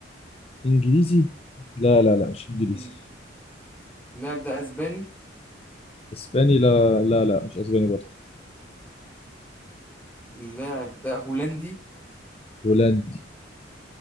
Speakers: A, on the left; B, in the centre.
A: إنجليزي لا لا لا مش إنجليزي
B: مم. اللاعب ده اسباني
A: إسباني لا لا لا مش أسباني برضه
B: اللاعب ده هولندي
A: هولندي